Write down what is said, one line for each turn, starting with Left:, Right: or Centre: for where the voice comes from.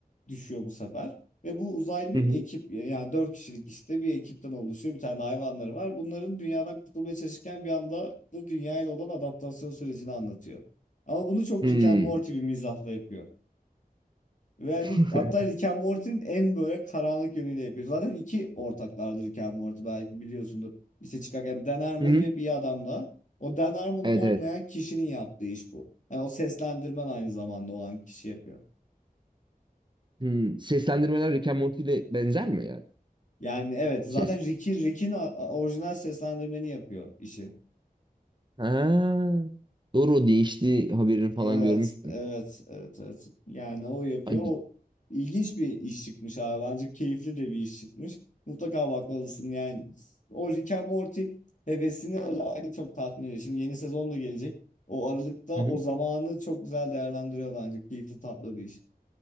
Left: düşüyor bu sefer. Ve bu uzaylı bir
Right: hı hı.
Left: ekip yani dört kişilik işte bir ekipten oluşuyor. Bir tane hayvanları var. Bunların dünyadan kurtulmaya çalışırken bir anda da dünyayla olan adaptasyon sürecini anlatıyor. Ama bunu çok
Right: Hmm.
Left: Rick and Morty bir mizahla yapıyor. Ve hani
Right: <laughs>
Left: hatta Rick and Morty'nin en böyle karanlık yönüyle yapıyor. Zaten iki ortaklardır Rick and Morty belki biliyorsundur. İşte çıkarken Dan Harmon
Right: Hı hı.
Left: ve bir adamla. O Dan Harmon olmayan
Right: Evet evet.
Left: kişinin yaptığı iş bu. Yani o seslendirmen aynı zamanda olan kişi yapıyor.
Right: Hmm. Seslendirmeler Rick and Morty ile benzer mi yani?
Left: Yani evet zaten
Right: Ses.
Left: Rick'in Rick'in a- a- orijinal seslendirmeni yapıyor işi.
Right: Ha. Doğru o değişti haberini falan
Left: Evet,
Right: görmüştüm.
Left: evet, evet, evet. Yani o yapıyor.
Right: Ay,
Left: O ilginç bir iş çıkmış abi. Bence keyifli de bir iş çıkmış. Mutlaka bakmalısın yani. O Rick and Morty hevesini özellikle çok tatmin ediyor. Şimdi yeni sezon da gelecek. O aralıkta
Right: Hı hı.
Left: o zamanı çok güzel değerlendiriyor bence. Keyifli tatlı bir iş.